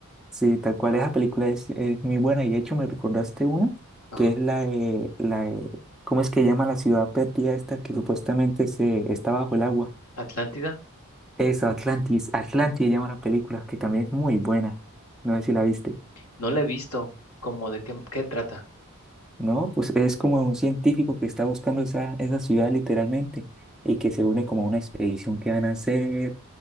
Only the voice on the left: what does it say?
Ajá.
Atlántida,
no la he visto, como de qué, qué trata.